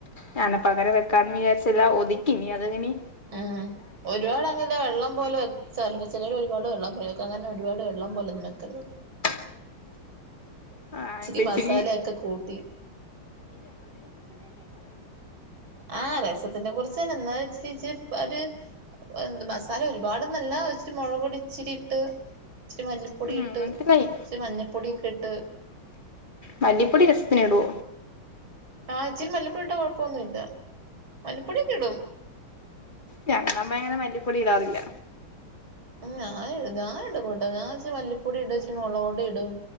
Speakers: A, on the left; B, on the right.
A: ഞാനപ്പഅങ്ങനെ വെക്കാന്ന് വിചാരിച്ച് എല്ലാ ഒതുക്കിനി അതെങ്ങിനി
B: ആഹ് ഒരുപാടങ്ങനെ വെള്ളം പോലെ വെച്ചല് ചേലോര് ഒരുപാട് വെള്ളംപാരും വെക്കഅങ്ങനെ ഒരുപാട് വെള്ളംപോലെ ഒന്നുംവെക്കരുത്.
A: <inaudible> ആഹ്
B: ഇച്ചിരി
A: ഇപ്പച്ചിരി
B: മസാലയൊക്കെ കൂട്ടി ആഹ് രെസത്തിനെ കുറിചന്നെ ഇന്നാലും ഇച്ചിരി ഇച്ചിരി പ്പര് ന്ത്മസാല ഒരുപാടൊന്നല്ല ഇച്ചിരി മുളകൊടി ഇിച്ചിരിട്ട് ഇച്ചിരിമല്ലി പൊടിട്ട്
A: ഉം മനസ്സിലായി
B: ഇച്ചിരിമഞ്ഞപ്പൊടിയൊക്കിട്ട്
A: മല്ലിപ്പൊടി രെസത്തിന് ഇടോ
B: ആഹ് ഇച്ചിരി മല്ലിപ്പൊടിഇട്ട കുഴപ്പൊന്നുല്ല മല്ലിപ്പൊടിയൊക്കിടും.
A: ഞ്ഞ ന്നമ്മേ അങ്ങനെ മല്ലിപ്പൊടിടാറില്ല.
B: ഉം ഞാനിടും ഞാനിടുംപ്പോട്ടൊ ഞാൻ ഇച്ചിരി മല്ലിപ്പൊടിടും ഇച്ചിരി മുളകോടിടും.